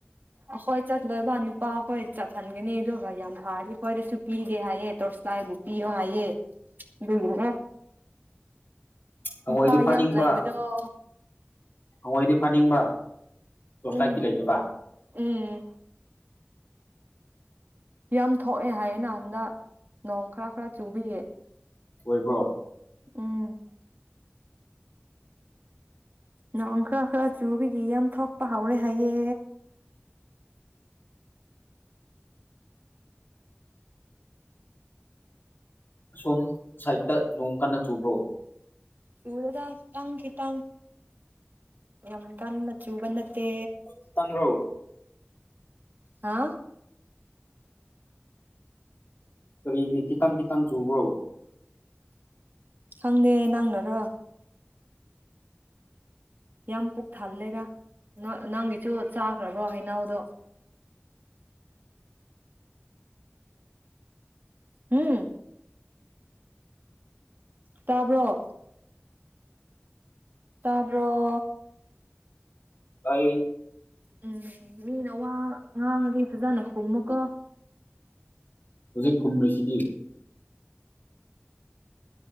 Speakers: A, on the right; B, on the left.
A: ꯑꯁꯋꯥꯏ ꯆꯤꯠꯂꯥꯒ ꯅꯨꯄꯥ ꯑꯈꯣꯏ ꯆꯠꯍꯟꯒꯅꯤ ꯑꯗꯨꯒ ꯌꯥꯝ ꯐꯥꯔꯥꯗꯤ ꯑꯈꯣꯏꯗꯥꯁꯨ ꯄꯤꯒꯦ ꯍꯥꯏꯌꯦ ꯇꯣꯔꯁ꯭ꯂꯥꯏꯕꯨ ꯄꯤꯌꯣ ꯍꯥꯏꯌꯦ ꯑꯗꯨꯒꯤꯅꯦ
B: ꯍꯥꯉꯣꯏꯗꯤ
A: ꯅꯨꯄꯥ
B: ꯐꯥꯅꯤꯡꯕ
A: ꯌꯥꯝ ꯂꯩꯕꯗꯣ
B: ꯍꯥꯉꯣꯏꯗꯤ ꯐꯥꯅꯤꯡꯕ ꯇꯣꯔꯁꯂꯥꯏꯇꯤ
A: ꯎꯝ
B: ꯂꯩꯇꯥꯕꯥ
A: ꯎꯝ ꯌꯥꯝ ꯊꯣꯛꯑꯦ ꯍꯥꯏꯌꯦꯅꯥ ꯍꯟꯗꯛ ꯅꯣꯡ ꯈꯔꯥ ꯈꯔꯥ ꯆꯨꯕꯥꯒꯤ
B: ꯑꯣꯏꯕ꯭ꯔꯣ
A: ꯎꯝ ꯅꯣꯡ ꯈꯔꯥ ꯈꯔꯥ ꯆꯨꯕꯥꯒꯤ ꯌꯥꯝ ꯊꯣꯛꯄꯥ ꯍꯥꯎꯔꯦ ꯍꯥꯏꯌꯦ
B: ꯁꯣꯝ ꯁꯥꯏꯠꯇ ꯅꯣꯡ ꯀꯥꯟꯅ ꯆꯨꯕ꯭ꯔꯣ
A: ꯆꯨꯗꯦꯗꯥ ꯈꯤꯇꯪ ꯈꯤꯇꯪ ꯌꯥꯝ ꯀꯟꯅꯥ ꯆꯨꯕ ꯅꯠꯇꯦ
B: ꯈꯤꯇꯪꯔꯣ
A: ꯍꯥ
B: ꯀꯔꯤꯒꯤ ꯈꯤꯇꯪ ꯈꯤꯇꯪ ꯆꯨꯕ꯭ꯔꯣ
A: ꯈꯪꯗꯦ ꯅꯪꯅꯥꯔꯣ ꯌꯥꯝ ꯄꯨꯛ ꯊꯥꯜꯂꯦꯗꯥ ꯅꯪꯒꯤꯁꯨ ꯆꯥꯈ꯭ꯔꯕ꯭ꯔꯣ ꯍꯩꯩꯅꯥꯎꯗꯣ ꯍꯨꯝ ꯇꯥꯕ꯭ꯔꯣ ꯇꯥꯕꯔꯣ
B: ꯇꯥꯏꯌꯦ
A: ꯎꯝ ꯃꯤꯅ ꯋꯥ ꯉꯥꯡꯉꯥꯗꯤ ꯐꯖꯥꯅ ꯈꯨꯝꯃꯨꯀꯣ
B: ꯍꯨꯖꯤꯛ ꯈꯨꯝꯃꯤꯁꯤꯗꯤ